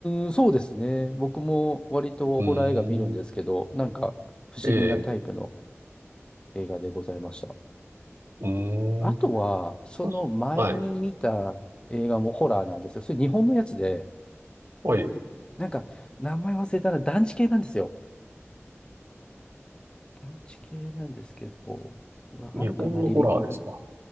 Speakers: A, on the left; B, on the right.
A: ーん、そうですね。僕も割とホラー映画見るんですけど、
B: うーん。
A: なんか不思議なタイプの
B: ええ、
A: 映画でございました。
B: うーん。
A: あとは、
B: 確かはい。
A: その前に見た映画もホラーなんですよ。それ日本のやつで、
B: はい。
A: なんか、名前忘れたな、団地系なんですよ。団地系なんですけど、うわあるかな、
B: 日本のホラーですか。
A: 履歴に。